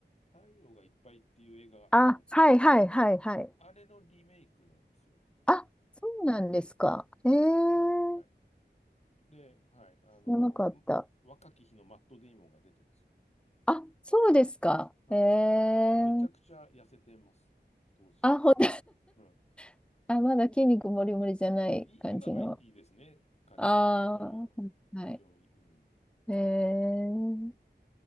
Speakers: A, on the left (about 35°); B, in the centre.
A: 太陽がいっぱいっていう映画があったの。
B: あ、はい、はい、はい、はい。
A: あれのリメイクなんですよ。
B: あ、そうなんですか。
A: はい、
B: ええ
A: はい、はい。で、はい、あの、
B: 知らなかった。
A: ん若き日のマット・デイモンが出てますよ。
B: あ、そうですか。
A: はい。
B: ええ
A: めめちゃくちゃ痩せてます、当時。
B: あ、ほんと
A: うん。
B: <laughs> あ、まだ筋肉もりもりじゃない感じの。
A: うんい、今がいいですね、彼は。
B: ああ、
A: うん、非常に。
B: はい。
A: うん。
B: えー、